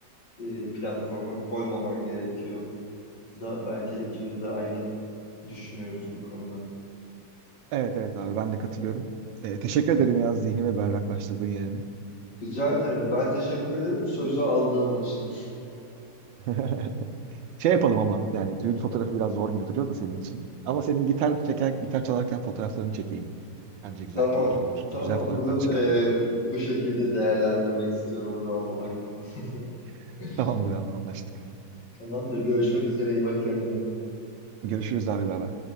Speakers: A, on the left; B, on the right.
A: e, platforma koymaman gerekiyor da bence ikimiz de aynı düşünüyoruz bu konuda.
B: Evet evet abi ben de katılıyorum. Ee, teşekkür ederim ya zihnimi berraklaştırdın yani.
A: Rica ederim. Ben teşekkür ederim sözü aldığım için.
B: <laughs> Şey yapalım ama yani düğün fotoğrafı biraz zor gibi duruyor da senin için. Ama senin gitar çeker, gitar çalarken fotoğraflarını çekeyim. Bence güzel,
A: Tamam,
B: keyifli olur.
A: tamam.
B: Güzel fotoğraflar
A: Bunu
B: çıkar
A: e,
B: yani.
A: bu şekilde değerlendirmek istiyorum o zaman bu hakkımı.
B: <laughs>
A: <laughs>
B: Tamamdır abi anlaştık.
A: Tamamdır. Görüşmek üzere. İyi bak kendine.
B: Görüşürüz abi beraber.